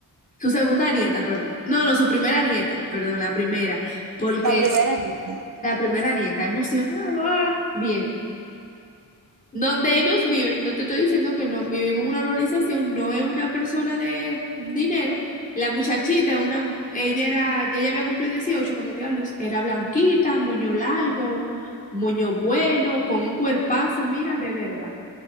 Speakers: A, on the left; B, on the right.
A: Su segunda nieta, perdón. No, no, su primera nieta, perdón, la primera, porque
B: La primera línea.
A: la primera nieta, emocionado, ah, bien. Donde ellos viven, no te estoy diciendo que no, vivimos en una urbanización, no es una persona de dinero. La muchachita, una, ella era, ya ya había cumplido 18 cuando dio a luz, era blanquita, moño largo, moño bueno, con un cuerpazo, mira, de verdad.